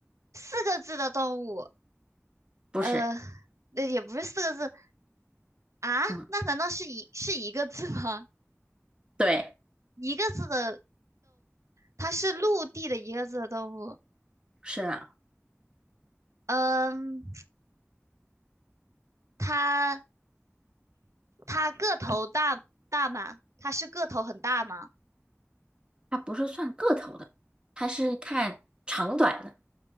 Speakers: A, on the right; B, on the right.
A: 四个字的动物，
B: 不是，
A: 呃，那也不是四个字啊？
B: 嗯，
A: 那难道是一是一个字吗？
B: 对，
A: 一个字的，它是陆地的一个字的动物，
B: 是的，
A: 嗯，它它个头大大吗？它是个头很大吗？
B: 它不是算个头的，它是看长短的，